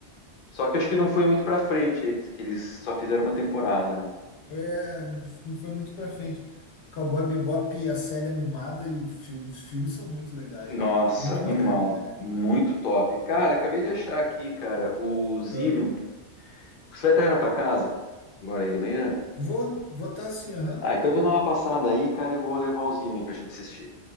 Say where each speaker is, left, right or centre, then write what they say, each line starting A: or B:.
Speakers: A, on the left; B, on the left.
A: Só que acho que não foi muito pra frente, aí, que eles só fizeram uma temporada, né?
B: É, não, f- não foi muito pra frente. Cowboy Bebop, e a série animada e o fi- os filmes são muito legais,
A: Nossa,
B: né? Muito
A: animal.
B: bacaninha, né?
A: Muito top. Cara, acabei de achar aqui, cara, o Zillion.
B: Ah,
A: Você vai estar aí na tua casa? Agora aí de manhã?
B: vou, vou estar assim, aham.
A: Ah, então eu vou dar uma passada aí, cara, e vou levar o Zillion pra gente assistir.